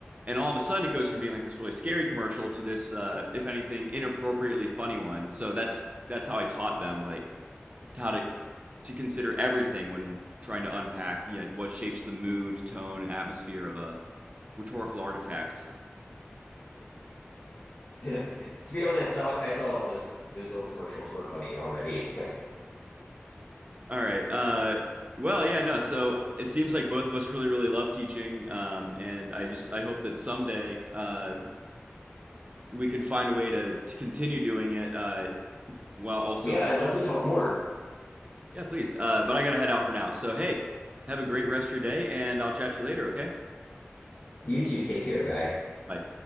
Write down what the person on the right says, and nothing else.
And all of a sudden, it goes from being like this really scary commercial to this, uh, if anything, inappropriately funny one. So that's that's how I taught them like how to to consider everything when trying to unpack you know, like what shapes the mood, tone, and atmosphere of a rhetorical artifact.
All right. Uh, well, yeah, no. So it seems like both of us really, really love teaching, um, and I just I hope that someday uh, we can find a way to, to continue doing it uh, while also,
yeah, please. Uh, but I got to head out for now. So, hey, have a great rest of your day, and I'll chat to you later, okay?
Bye.